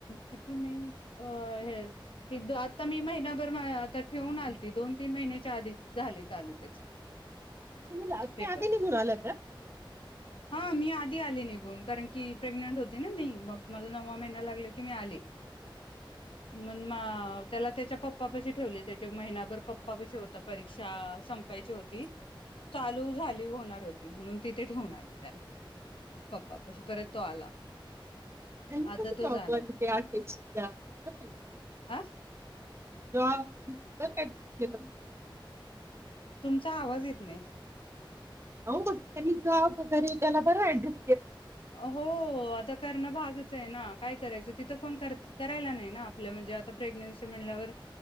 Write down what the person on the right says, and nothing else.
तुम्ही जा तुम्ही
आधी निघून आला तर
त्यांनी
कसं
<unintelligible> तेच सुद्धा <unintelligible>
जॉ गेलो
अओ त्यांनी जॉब वगैरे त्याला बरं ॲडजस